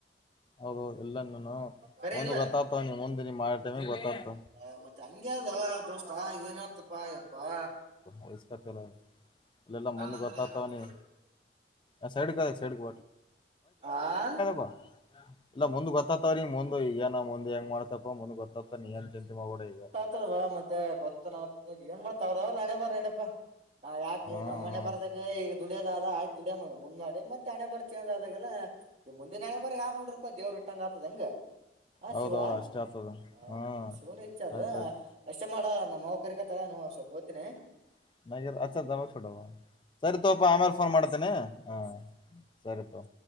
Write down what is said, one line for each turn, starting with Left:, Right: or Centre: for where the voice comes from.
Left: ಹೌದು ಎಲ್ಲಂನ್ನುನ್ನು
Right: ಖರೆ
Left: ಒಂದ
Right: ಇಲ್ಲ
Left: ಗೊತ್ತಾತನ ನೀ ಮುಂದ ಮಾಡನ ಗೊತಾಗ್ತಾನ.
Right: ಹ ಮತ್ತೆ ಹಂಗದ ಅದ ದೋಸ್ತ ಏನತ್ತಪ್ಪಾ ಯಪ್ಪಾ.
Left: ವಯಸ್ಬತಾಲ್ ಇಲ್ಲೆಲ್ಲ ಮಂದು
Right: ಅಂದ್ರ
Left: ಗೊತ್ತಾತವನಿ.
Right: ಹೈರಾಣ
Left: ಅ ಸೈಡ್ ಗೆ ಬಾ ಸೈಡ್ ಗೆ
Right: ಆ
Left: ಬಾ <unintelligible> ಇಲ್ಲ ಮುಂದ್ ಗೊತ್ತತರೀ ಮುಂದ್ ಈಗ ನ ಮುಂದ್ ಹೆಂಗ ಮಾಡ್ತಪ್ಪ ಮುಂದ್ ಗೊತ್ತಾತ ನೀ ಎಂಥ ಎಂಥ ಮಾಡಬೋಡ ಈಗ.
Right: <unintelligible> ಮತ್ತೆ ಗೊತ್ತನ ಆತ್ತ ಏನ್ ಮಾಡ್ತ ಅವ್ರ ಅವರು ಹಣೆಬರಹ ನಡೆಪಾ. ಹ ಯಾಕ
Left: ಹಾ
Right: ಈ ನಮ್ಮ ಹಣೆ
Left: ಹಾ
Right: ಬರ್ದಗೆ ಈಗ ದುಡಿಯದ ಆದ ಆಯ್ತ್ ದುಡ್ಯಮ ಮುನ್ನೊಡಿ ಮತ್ ಹಣೆಬರ ಚೇಂಜ್ ಅದಾಗೆಲ್ಲಾ ಈ ಮುಂದಿನ ಹಣೆಬರ ಯಾರ್ ನೋಡಿರ್ಪ ದೇವ್ರ ಇಟ್ಟಂಗ ಆತದ ಹೆಂಗ ಹ
Left: ಹೌದೌದು
Right: ಶಿವ
Left: ಅಷ್ಟೇ ಆಗ್ತದ
Right: ಹ
Left: ಹಾ
Right: ಮ ಶಿವನು ಇಚ್ಛೆ ಅದ
Left: ಆಯ್ತಾಯ್ತು
Right: ಅಷ್ಟೆ ಮಾಡ ನಮ್ಮ ಅವ್ವ ಕರಿಗತಳ ಸ್ವಪ್ ಹೊತಿನಿ.
Left: <unintelligible> ಅಚ್ಚ ದ <unintelligible> ಸರಿ ತೋಪ ಆಮೇಲೆ ಫೋನ್ ಮಾಡ್ತೇನೆ. ಹ ಸರಿಪ.